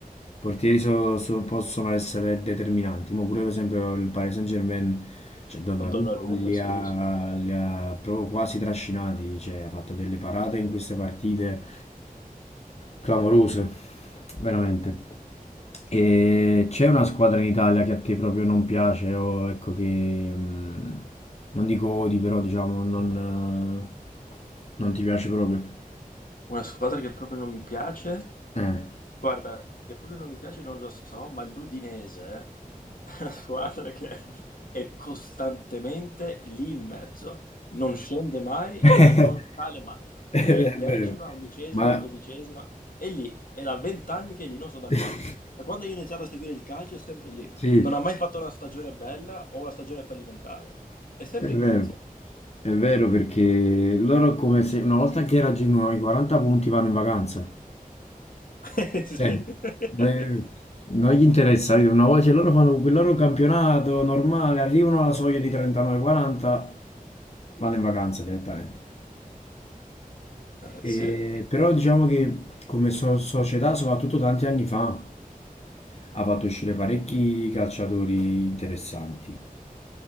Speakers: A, on the left; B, on the left.
A: portieri so- so- possono essere determinanti, ma pure per esempio il Paris Saint-Germain, cioè Donnarumma
B: Con Donnarumma,
A: li
B: sì,
A: ha,
B: sì.
A: li ha proprio quasi trascinati, cioè ha fatto delle parate in queste partite clamorose, veramente. E c'è una squadra in Italia che a te proprio non piace o ecco che mm, non dico odi, però diciamo non, eh, non ti piace proprio.
B: Una squadra che proprio non mi piace.
A: Eh.
B: Guarda, che proprio non mi piace non lo so, ma l'Udinese è una squadra che è costantemente lì in mezzo, non scende mai
A: <laughs>
B: e non sale mai.
A: È
B: È decima,
A: vero,
B: undicesima,
A: ma
B: dodicesima, è lì, è da vent'anni che è lì, non so da
A: <laughs>
B: quando, da quando io ho iniziato a seguire il calcio è sempre lì.
A: sì,
B: Non ha mai fatto una stagione bella o una stagione fallimentare, è sempre
A: è vero.
B: in mezzo.
A: È vero perché loro come se una volta che raggiungono i 40 punti vanno in vacanza.
B: <laughs> Eh, Sì.
A: Cioè,
B: Eh,
A: eh, non gli interessa, capito? una volta che loro fanno quel loro campionato normale, arrivano alla soglia di 39-40, vanno in vacanza direttamente. E-
B: Sì.
A: però diciamo che come so- società, soprattutto tanti anni fa, ha fatto uscire parecchi calciatori interessanti.